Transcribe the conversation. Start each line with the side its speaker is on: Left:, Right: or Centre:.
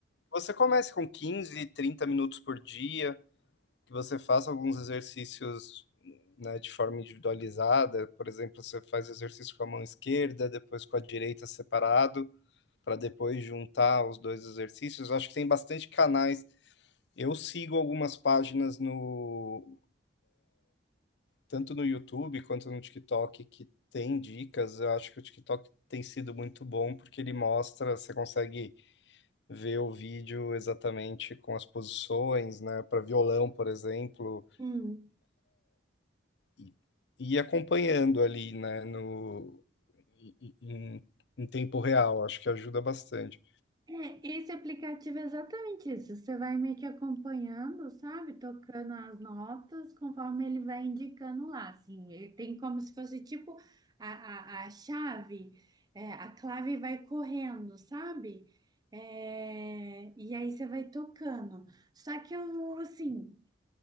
Left: você comece com 15, 30 minutos por dia, que você faça alguns exercícios, né, de forma individualizada. Por exemplo, você faz exercício com a mão esquerda, depois com a direita separado, para depois juntar os dois exercícios. Eu acho que tem bastante canais Eu sigo algumas páginas no tanto no YouTube quanto no TikTok que tem dicas. Eu acho que o TikTok tem sido muito bom porque ele mostra, você consegue ver o vídeo exatamente com as posições, né, para violão, por exemplo,
Right: Hum.
Left: e, e acompanhando ali, né, no em, em- em tempo real. Acho que ajuda bastante.
Right: É, esse aplicativo é exatamente isso. Você vai meio que acompanhando, sabe? Tocando as notas conforme ele vai indicando lá, assim. Ele tem como se fosse tipo a, a, a chave, é, a clave vai correndo, sabe? É, e aí você vai tocando. Só que eu, assim.